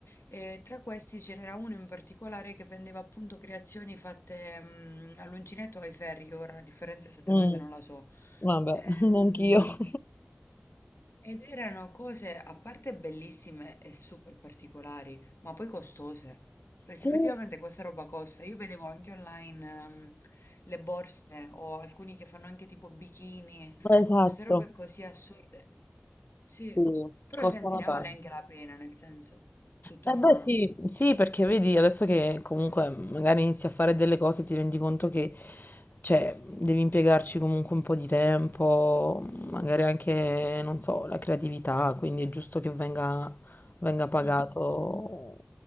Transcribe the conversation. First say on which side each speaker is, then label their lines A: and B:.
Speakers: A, on the left; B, on the left.
A: e tra questi ce n'era uno in particolare che vendeva appunto creazioni fatte mh, all'uncinetto o ai ferri, che ora la differenza esattamente
B: Mm,
A: non la so.
B: vabbè,
A: Ehm,
B: <laughs> anch'io.
A: ed erano cose a parte bellissime e super particolari, ma poi costose, perché
B: Sì,
A: effettivamente questa roba costa. Io vedevo anche online ehm, le borse o alcuni che fanno anche tipo bikini,
B: esatto,
A: queste robe così assurde. Sì,
B: sì,
A: però
B: costano
A: senti, ne
B: tanto.
A: vale anche la pena, nel senso, tutto
B: Eh
A: a mano.
B: beh sì, sì, perché vedi adesso che comunque mhmm, magari inizi a fare delle cose ti rendi conto che cioè, devi impiegarci comunque un po' di tempo, magari anche, non so, la creatività, quindi è giusto che venga, venga pagato,
A: Mm,